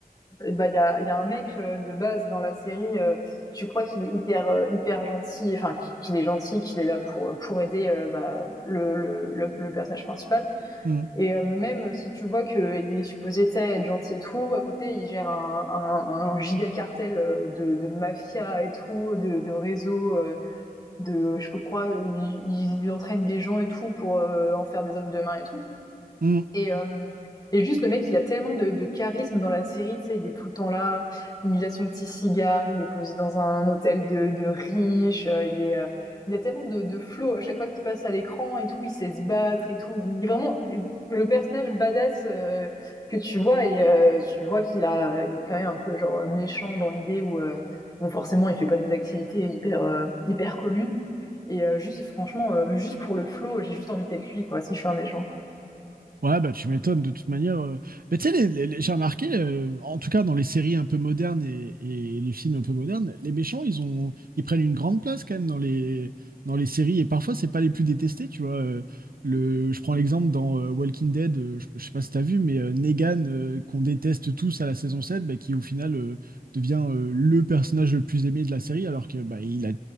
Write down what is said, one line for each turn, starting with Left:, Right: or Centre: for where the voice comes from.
Left: bah, il y a, il y a un mec euh, de base dans la série. euh, tu crois qu'il est hyper, euh, hyper gentil, enfin qu'il est gentil, qu'il est là pour pour aider euh, bah, le, le le le personnage principal.
Right: Mm,
Left: Et euh, même si tu vois qu'il est supposé être gentil et tout, à côté il gère un, un, un giga cartel euh, de, de mafia et tout, de, de réseau, euh, de je crois, il, il entraîne des gens et tout pour euh, en faire des hommes de main et tout.
Right: mm.
Left: Et, euh, et juste, le mec, il a tellement de, de charisme dans la série, tu sais, il est tout le temps là, il a son petit cigare, il est posé dans un hôtel de, de riches, euh, il est, euh, il a tellement de, de flow à chaque fois qu'il passe à l'écran et tout, il sait se battre et tout. Il est vraiment le personnage badass euh, que tu vois et euh, tu vois qu'il a, il est quand même un peu genre méchant dans l'idée où, euh, bon, forcément, il fait pas des activités hyper, euh, hyper communes. Et euh, juste, franchement, euh, juste pour le flow, j'ai juste envie d'être lui, quoi, si je suis un méchant.
Right: Ouais, bah tu m'étonnes de toute manière. euh. Mais tu sais, les- les- les- j'ai remarqué, euh, en tout cas dans les séries un peu modernes et, et les films un peu modernes, les méchants, ils ont, ils prennent une grande place quand même dans les, dans les séries. Et parfois, c'est pas les plus détestés, tu vois. Euh, le, je prends l'exemple dans euh, Walking Dead, euh, je, je sais pas si t'as vu, mais euh, Negan, euh, qu'on déteste tous à la saison 7, bah, qui au final euh, devient euh, le personnage le plus aimé de la série, alors que bah, il a